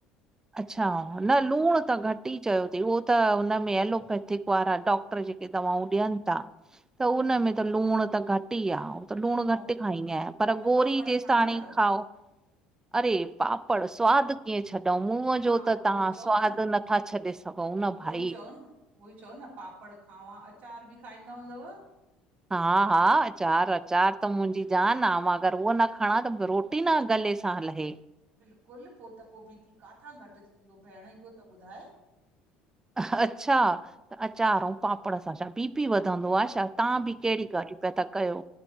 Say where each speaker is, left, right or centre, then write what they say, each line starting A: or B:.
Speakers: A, on the right; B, on the right.
A: अच्छा, न लूण त घट ई चयो तईं उहो त उन में एलोपैथिक वारा डॉक्टर जेके दवाऊं ॾियनि ता त उन में त लूण त घ टी आऊ त लूण घट
B: ऐं
A: खाईंदी आहियां, पर
B: त
A: गोरी
B: पापड़
A: जेस
B: खाईंदा
A: ताणी
B: आहियो?
A: खाओ। अड़े पापड़ स्वाद कीअं छॾऊं। मुह
B: हा
A: जो त
B: उहो
A: तहां
B: चओ
A: स्वादु
B: न
A: नथा छॾे घसऊं न
B: उहो
A: भाई।
B: ई चओ न उहो ई चओ न पापड़ खावां अचार बि खाईंदा हूंदव।
A: हा- हा अचार -अचार त मुंजी जान आ, मां अगर उहो न खणा त मुंखे रो टिन गले सां लहे।
B: बिल्कुलु, पो त पो बी पी काथां घटि थींदो भेण इहो त ॿुधाए।
A: अच्छा अचार अऊं पापड़ सां छा बीपी वधंदो आ छा। तहां बि केॾी ॻाल्यूं पिया ता कयो।